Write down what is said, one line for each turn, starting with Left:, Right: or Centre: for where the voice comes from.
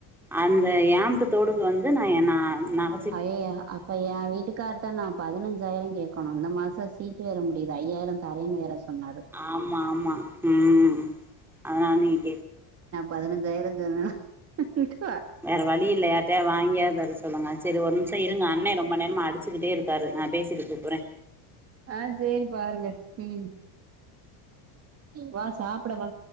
Centre: அந்த ஏம்ட்டு தோடுக்கு வந்து நா எ நா நக
Right: ஐயயோ அப்ப ஏ வீட்டுக் கார்ட நா பதினஞ்சாயிரோ கேக்கணு இந்த மாச சீட் வேற முடிது ஐயாயிரோ தரென்னு வேற சொன்னாரு
Centre: ஆமா ஆமா ம் அதனால நீ <inaudible>
Right: பதினஞ்சாயிரோ சொன்னனா <inaudible>
Centre: வேற வழி இல்ல யார்ட்டயாது வாங்கியாது தர சொல்லுங்க செரி ஒரு நிம்ஷோ இருங்க அண்ணே ரொம்ப நேரமா அடிச்சுக்கிட்டே இருக் காரு நா பேசீட்டு கூப்பர்றே
Right: ஆ சேரி பாருங்க ம் வா சாப்பட வா